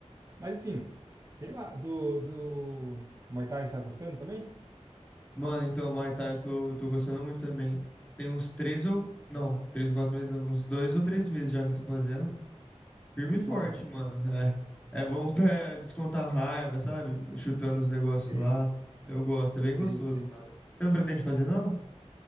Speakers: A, on the right; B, on the left.
A: Mas assim, sei lá, do, do Muay Thai você tá gostando também?
B: Mano, então, Muay Thai, eu tô, eu tô gostando muito também. Tem uns três ou. Não, três ou quatro meses não. Uns dois ou três meses já que eu tô fazendo. Firme e forte,
A: Aham,
B: mano. É, é bom pra descontar raiva, sabe? Chutando os negócios
A: Sei,
B: lá. Eu gosto, é bem
A: sei,
B: gostoso,
A: sei.
B: mano. Você não pretende fazer, não?